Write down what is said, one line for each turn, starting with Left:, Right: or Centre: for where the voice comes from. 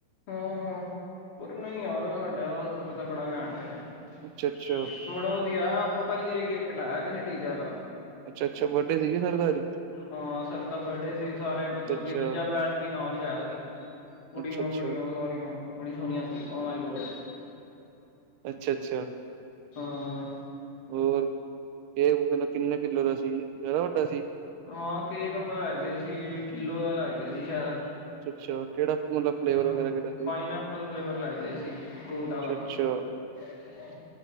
Left: ਹਾਂ ਪਰ ਨਹੀਂ ਯਾਰ ਸਾਡੇ ਅਸ ਤੇ ਬੜਾ ਘੈਟ ਅ
Right: ਅੱਛਾ-ਅੱਛਾ,
Left: ਮੁੜਾ ਉਹਦੀਆ ਆਪਾਂ ਪਹਿਲੀ ਵਾਰੀ ਕੇਕ ਕਟਾਇਆ ਕਿਸ ਸੀ ਟੀਚਰ ਦਾ
Right: ਅੱਛਾ-ਅੱਛਾ ਬਰਡੇ ਸੀਗੀ ਸਰ ਦਾ ਅੱਜ?
Left: ਹਾਂ ਸਰ ਦਾ ਬਰਥਡੇ ਸੀ ਸਾਰੇ ਮਤਲਬ
Right: ਅੱਛਾ-ਅੱਛਾ,
Left: ਕਿ ਦੂਜਾ ਬੈਚ ਵੀ ਨਾਲ ਹੀ ਆਇਆ ਸੀ। ਕੁੜੀਆਂ-
Right: ਅੱਛਾ-ਅੱਛਾ,
Left: ਕੁੜੀਆਂ ਸਾਰੀਆਂ ਬੜੀ ਸੋਹਣੀਆਂ ਸੀ ਉਹ ਮਏ ਗੋਡ <inaudible>
Right: ਅੱਛਾ -ਅੱਛਾ
Left: ਹਾਂ
Right: ਹੋਰ ਇਹ ਮਤਲਬ ਕਿੰਨੇ ਕਿੱਲੋ ਦਾ ਸੀ ਜ਼ਿਆਦਾ ਵੱਡਾ ਸੀ।
Left: ਹਾਂ ਕੇਕ ਲੈ ਗਏ ਸੀ ਕਿੱਲੋ ਦਾ ਲੈ ਗਏ ਸੀ ਸ਼ਾਇਦ
Right: ਅੱਛਾ-ਅੱਛਾ ਕਿਹੜਾ ਮਤਲਬ ਫਲੇਵਰ
Left: ਹੂੰ
Right: ਵਗੈਰਾ ਕਿਹੜਾ ਸੀ?
Left: ਪਾਈਨ ਐਪਲ ਫਲੇਵਰ ਲੈ ਗਏ ਸੀ ਫਰੂਟ
Right: ਅੱਛਾ-ਅੱਛਾ
Left: ਵਾਲਾ <inaudible>